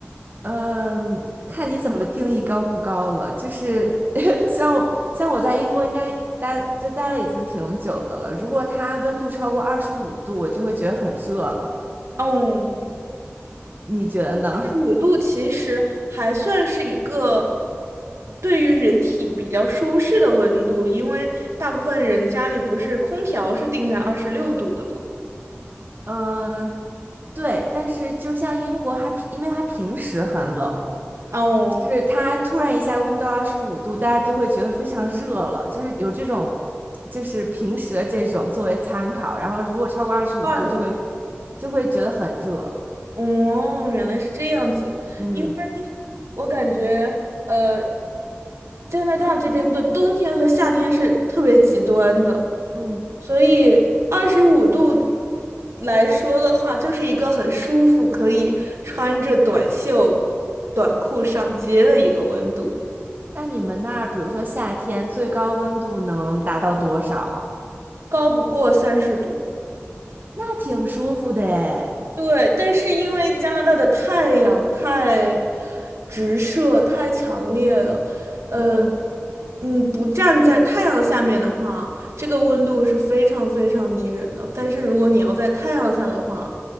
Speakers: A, on the right; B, on the right.
A: 嗯，看你怎么定义高不高了。就是 <laughs> 像我像我在英国应该待就待了已经挺久的了。如果它温度超过二十五度，我就会觉得很热了。
B: 嗯。
A: 你觉得呢？
B: 五度其实还算是一个对于人体比较舒适的温度，因为大部分人家里不是空调是定在二十六度的嘛。
A: <laughs> 嗯，对。但是就像英国，它平因为它平时很冷，
B: 哦，
A: 就是它突然一下温度二十五度，大家就会觉得非常热了。就是有这种，就是平时的这种作为参考。然后如果超过二十五度，
B: 换了，
A: 就会就会觉得很热。
B: 哦，原来是这样子。
A: 嗯。
B: 因为我感觉，呃，加拿大这边的冬天和夏天是特别极端的。
A: 嗯，
B: 所以二十五度来说的话，就是一个很舒服，可以穿着短袖、短裤上街的一个温度，
A: 那你们那儿，比如说夏天，最高温度能达到多少啊？
B: 高不过三十度。
A: 那挺舒服的诶。
B: 对，但是因为加拿大的太阳太直射、太强烈了，呃，
A: 嗯，
B: 嗯，不站在太阳下面的话，这个温度是非常非常宜人的。但是如果你要在太阳下的话，